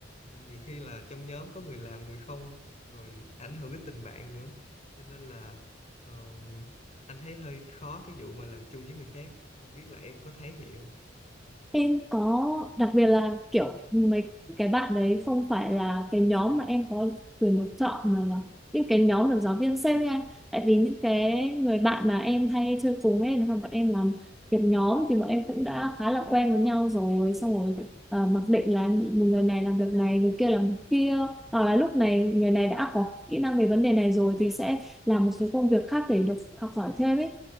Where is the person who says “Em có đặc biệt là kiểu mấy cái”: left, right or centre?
Centre